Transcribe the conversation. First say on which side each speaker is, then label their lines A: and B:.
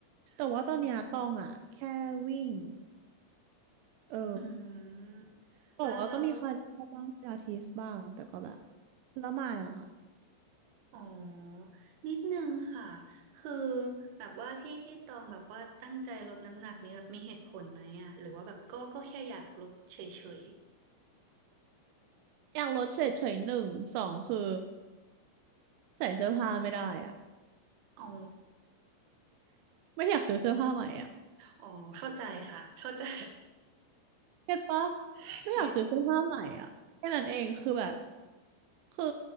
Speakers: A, on the right; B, on the right.
A: แต่ว่าตอนเนี้ยตองอะแค่วิ่ง
B: <laughs> อ๋อ
A: เออ
B: อืม
A: บอกว่าก็มีคาร์ดิโอบ้างพิลาทิสบ้างแต่ก็แบบ
B: แล้วแล้ว
A: แล้วไม่อะค่ะ
B: อ๋อ นิดนึงค่ะ คือแบบว่าที่ที่ตองแบบว่าตั้งใจลดน้ำหนักนี้แบบมีเหตุผลไหมอะหรือว่าแบบก็ก็แค่อยากลดเฉย
A: อยากลดเฉยๆหนึ่งสองคือใส่เสื้อผ้าไม่ได้อะ
B: ๆอ๋อ
A: ไม่อยากซื้อเสื้อผ้าใหม่อะ
B: อ๋อ เข้าใจค่ะ เข้าใจ
A: เก็ตปะ
B: <laughs>
A: ไม่อยากซื้อเสื้อผ้าใหม่อ่ะแค่นั้นเองคือแบบ
B: เก็ต
A: คือ